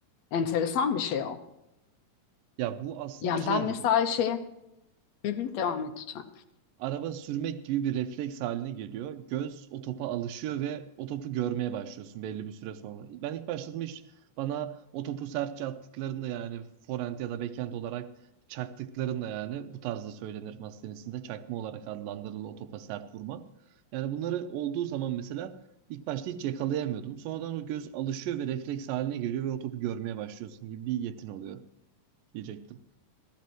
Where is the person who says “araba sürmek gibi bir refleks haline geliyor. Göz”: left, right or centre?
Right